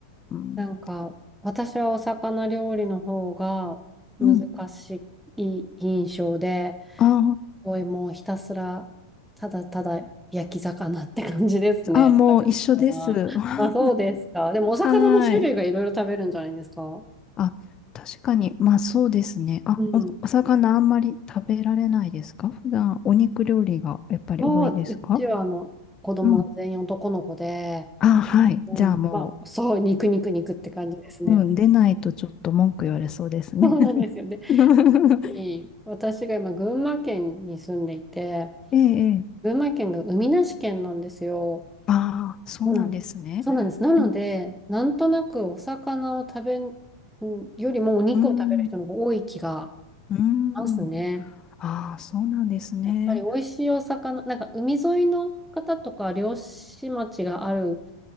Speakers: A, on the left (about 30°); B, in the centre.
A: ん。
B: なんか、私はお魚料理の方が難しい印象で、
A: うん。
B: す
A: あ
B: ごいもうひたすら、ただただ焼き魚って感じですね、
A: あ、あ、もう一緒です。
B: お魚は。
A: <laughs> は
B: まあ、そうですか。でもお魚の種類がいろいろ食べるんじゃないですか。
A: ーい。あ、確かに、まあそうですね。あ、
B: うん。
A: お、お魚あんまり食べられないですか普段、お肉料理がやっぱり多いですか
B: そう、うちはあの、子供が全員男の子で、
A: うん。あ、はい。
B: うん、
A: じゃあも
B: まあ、そう、肉肉肉って感じですね。
A: う、うん、出ないとちょっと文句言われそうですね。
B: <laughs> そうなんですよね。
A: <laughs>
B: でい私が今、群馬県に住んでいて、
A: ええ、ええ。
B: 群馬県が海なし県なんですよ。
A: ああ、そうなんですね。
B: うん。そうなんです。なので、
A: うん、
B: なんとなくお魚を食べんよりもお肉を食べる人の方が多い気が
A: うん、うん。
B: しますね。
A: ああ、そうなんですね。
B: やっぱり美味しいお魚、なんか海沿いの方とか漁師町がある